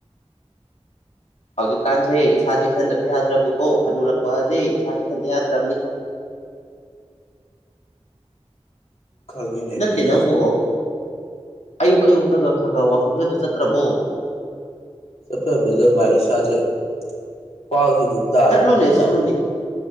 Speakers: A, on the left; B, on the left.
A: ꯍꯧꯖꯤꯛꯀꯥꯟꯖꯦ ꯏꯁꯥ ꯆꯦꯛꯁꯟꯗꯕ ꯌꯥꯗ꯭ꯔꯕꯅꯤꯀꯣ ꯍꯟꯅꯨꯔꯛꯄꯑꯖꯦ ꯏꯁꯥ ꯆꯦꯛꯁꯟꯗ ꯌꯥꯗ꯭ꯔꯝꯅꯤ
B: ꯈꯪꯉꯤꯅꯦ
A: ꯅꯠꯇꯦ
B: ꯈꯪꯉꯤꯅꯦ
A: ꯅꯪꯕꯨ ꯑꯌꯨꯛ ꯑꯌꯨꯛꯇꯒ ꯈꯔ ꯈꯔ ꯋꯥꯀꯤꯡꯒꯗꯣ ꯆꯠꯇ꯭ꯔꯕꯣ
B: ꯆꯠꯆꯗꯦꯗ ꯚꯥꯏ ꯏꯁꯥꯖꯦ ꯈ꯭ꯋꯥꯡꯖꯨ ꯑꯗꯨꯝ ꯅꯥꯔꯦ
A: ꯆꯠꯂꯨꯅꯦ
B: ꯑꯗꯨꯒ
A: ꯆꯠꯂꯨꯅꯦ